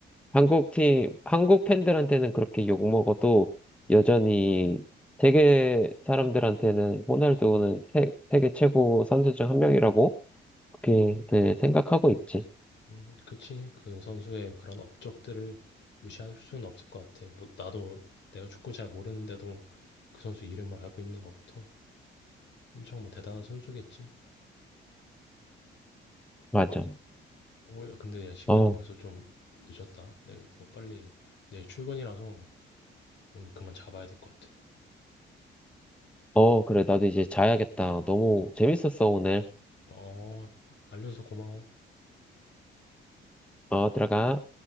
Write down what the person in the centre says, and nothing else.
한국 팀, 한국 팬들한테는 그렇게 욕 먹어도
여전히 세계 사람들한테는 호날두는 세, 세계 최고 선수 중 한 명이라고 그렇게 네, 생각하고 있지.
맞아.
어,
어, 그래. 나도 이제 자야겠다. 너무 재밌었어, 오늘.
어, 들어가.